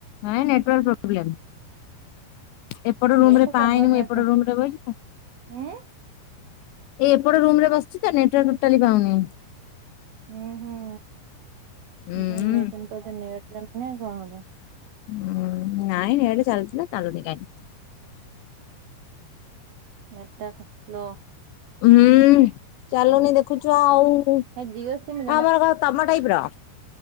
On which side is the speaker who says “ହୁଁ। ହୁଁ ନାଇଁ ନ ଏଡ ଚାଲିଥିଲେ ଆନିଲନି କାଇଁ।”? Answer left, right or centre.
Left